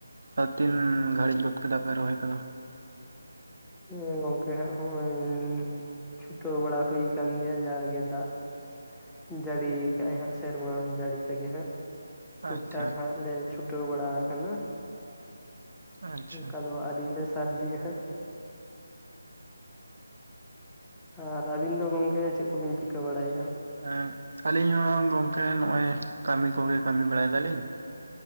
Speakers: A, on the right (about 65°); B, in the centre.
A: ᱟᱨ ᱛᱤᱱ ᱜᱷᱟᱹᱲᱤᱡ ᱜᱚᱫ ᱠᱮᱫᱟᱯᱮ ᱨᱚᱦᱚᱭ ᱠᱚᱫᱚ?
B: ᱦᱩᱸ ᱜᱚᱝᱠᱮ ᱦᱟᱸᱜ ᱦᱚᱜᱼᱚᱭ ᱪᱷᱩᱴᱟᱹᱣ ᱵᱟᱲᱟ ᱦᱩᱭ ᱠᱟᱱ ᱜᱮᱭᱟ। ᱡᱟᱜᱮ ᱫᱟᱜ ᱼᱼ ᱡᱟᱹᱲᱤ ᱠᱟᱜᱼ ᱟᱭ ᱦᱟᱸᱜ ᱥᱮᱨᱢᱟ ᱡᱟᱹᱲᱤ ᱛᱮᱜᱮ ᱦᱟᱸᱜ। ᱴᱩᱠ
A: ᱟᱪᱪᱷᱟ
B: ᱴᱟᱠ ᱦᱟᱸᱜ ᱞᱮ ᱪᱷᱩᱴᱟᱹᱣ ᱵᱟᱲᱟ ᱟᱠᱟᱱᱟ।
A: ᱟᱪᱪᱷᱟ
B: ᱚᱱᱠᱟ ᱫᱚ ᱟᱣᱨᱤ ᱞᱮ ᱥᱟᱹᱨᱫᱤᱜ ᱦᱟᱸᱜ। ᱟᱨ ᱟᱹᱵᱤᱱ ᱫᱚ ᱜᱚᱝᱠᱮ ᱪᱮᱫ ᱠᱚᱵᱤᱱ ᱪᱤᱠᱟᱹ ᱵᱟᱲᱟᱭᱮᱫᱼᱟ?
A: ᱮ ᱟᱹᱞᱤᱧ ᱦᱚᱸ ᱜᱚᱝᱠᱮ ᱱᱚᱜᱼᱚᱭ ᱠᱟᱹᱢᱤ ᱠᱚᱜᱮ ᱠᱟᱹᱢᱤ ᱵᱟᱲᱟᱭ ᱫᱟᱞᱤᱧ।